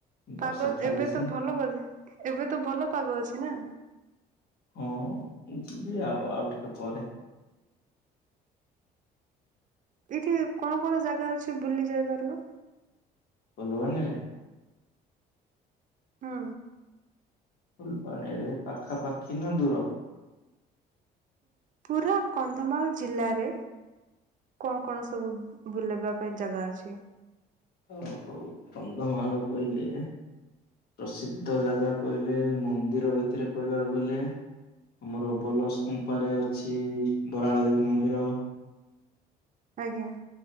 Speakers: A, on the left; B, on the right.
A: ବର୍ଷା
B: ପାଗ
A: ଛାଡିଲେ
B: ଏବେ
A: ସିନା
B: ତ ଭଲ ଏବେ ତ ଭଲ ପାଗ ଅଛି ନା
A: ହଁ ଯିବି ଆଉ ଆଉ ଟିକେ ପରେ
B: ଏଇଠି କଣ କଣ ଜାଗା ଅଛି ବୁଲି ଯାଇ ପାରିବ
A: ଫୁଲବାଣୀ ରେ
B: ହଁ
A: ଫୁଲ ପାଣିରେ ପାଖାପାଖି ନା ଦୂର
B: ପୁରା କନ୍ଧମାଳ ଜିଲ୍ଲାରେ କଣ କଣ ସବୁ ବୁଲବା ପାଇଁ ଜାଗା ଅଛି
A: ହଉ ହଉ କନ୍ଧମାଳ କହିଲେ ପ୍ରସିଦ୍ଧ ଜାଗା କହିଲେ ମନ୍ଦିର ଭିତରେ କହିବାକୁ ଗଲେ ଆମର ବଲସ୍ କୁମ୍ପାରେ ଅଛି ବରାଳ ଦେବୀ ମନ୍ଦିର
B: ଆଜ୍ଞା